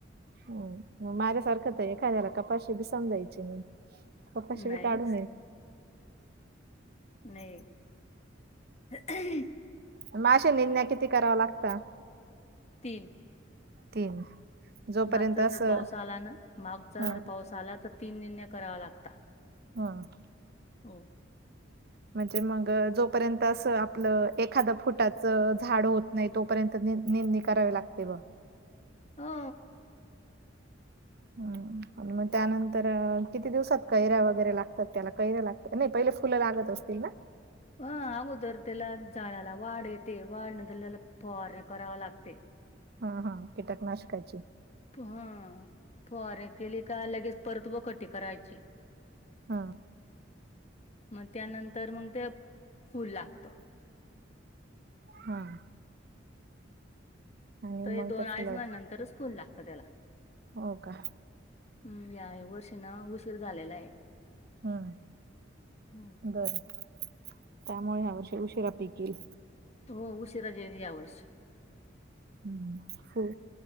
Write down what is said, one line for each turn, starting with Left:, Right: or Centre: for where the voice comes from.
Right: हम्म माझ्यासारखं तर एखाद्याला कपाशी भी समजायची नाही कपाशी
Left: नाहीच
Right: बी काढू नये
Left: नाही. <unintelligible>
Right: मग असे निंदा किती करावा लागता?
Left: तीन.
Right: तीन जोपर्यंत
Left: मागचा
Right: असं
Left: जर पाऊस आला ना मागचा
Right: हा
Left: जर पाऊस आला तर तीन निंदण्या करावा लागता
Right: हम्म..
Left: हो
Right: म्हणजे मग जोपर्यंत असं आपलं एखाद फुटाच झाड होत नाही तोपर्यंत निंदनी करावे लागते बग
Left: हा.
Right: हम्म मग त्यानंतर किती दिवसात कैऱ्या वगैरे लागतात त्याला कैराया लागतात? नाही पहिले फुलं लागत असतील ना?
Left: ह अगोदर त्याला झाडला वाढ येते वाढ नंतर त्याला फवार कराव लागते.
Right: हा हा कीटक नाशकाचे
Left: हा फवारे केली का लगेच परत वखटी करायची
Right: हा.
Left: मग त्यानंतर मग ते फूल लागतं
Right: हम्म. आणि
Left: तर
Right: मग
Left: दोन
Right: त्या
Left: अळीच
Right: फुलात
Left: म नंतरच फुल लागत त्याला
Right: हो का
Left: हम्म या वर्षी ना उशीर झालेला आहे
Right: हम्म
Left: हम्म.
Right: बरं त्यामुळे ह्या वर्षी उशिरा पिक येईल
Left: हो उशिराजे या वर्ष
Right: हम् फ